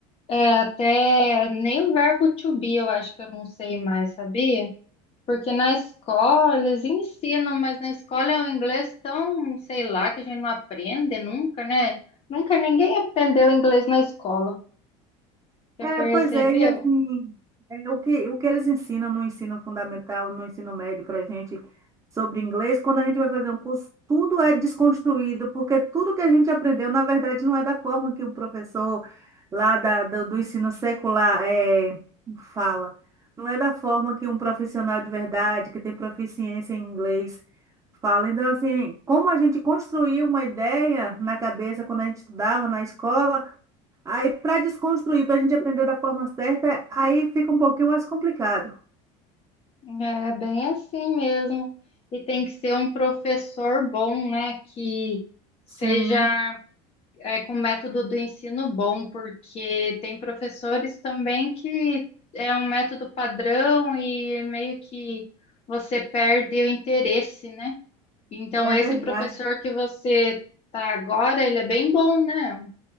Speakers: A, on the left (about 35°); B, on the right (about 20°).
A: é, até nem o verbo to be eu acho que eu não sei mais, sabia? Porque na escola eles ensinam, mas na escola é um inglês tão, sei lá, que a gente não aprende nunca, né? Nunca ninguém aprendeu inglês na escola. Já
B: É,
A: percebeu?
B: pois é, e assim, é, o que, o que eles ensinam no ensino fundamental, no ensino médio para a gente sobre inglês, quando a gente vai fazer um curso, tudo é desconstruído, porque tudo que a gente aprendeu, na verdade, não é da forma que o professor lá da, do, do ensino secular é, fala. Não é da forma que um profissional de verdade, que tem proficiência em inglês, fala. Então, assim, como a gente construiu uma ideia na cabeça quando a gente estudava na escola, Aí, para desconstruir, para a gente aprender da forma certa, aí fica um pouquinho mais complicado.
A: É bem assim mesmo. E tem que ser um professor bom, né? Que seja
B: Sim,
A: é, com método do ensino bom, porque tem professores também que é um método padrão e meio que você perde o interesse, né? Então,
B: é
A: esse
B: verdade.
A: professor que você tá agora, ele é bem bom, né?